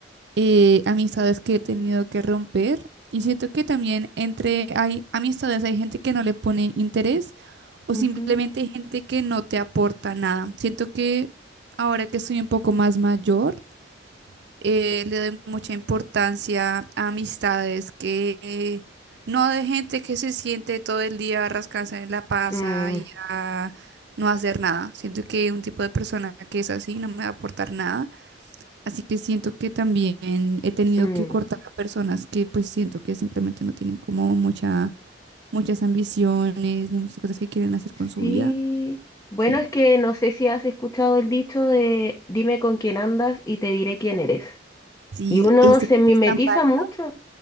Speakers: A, on the right; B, on the left.
A: eh, amistades que he tenido que romper. Y siento que también entre hay amistades, hay gente que no le pone interés o
B: Ujú.
A: simplemente hay gente que no te aporta nada. Siento que ahora que soy un poco más mayor, eh, le doy mucha importancia a amistades que eh, no de gente que se siente todo el día a rascarse en la panza
B: Mm,
A: y a no hacer nada. Siento que un tipo de persona que es así no me va a aportar nada. Así que siento que también he tenido
B: mm,
A: que cortar a personas que pues siento que simplemente no tienen como mucha, muchas ambiciones ni muchas cosas que quieren hacer con su
B: Sí.
A: vida.
B: Bueno,
A: Sí.
B: es que no sé si has escuchado el dicho de dime con quién andas y te diré quién eres.
A: Sí,
B: Y uno
A: ese
B: se
A: hecho
B: mimetiza
A: es tan válido.
B: mucho.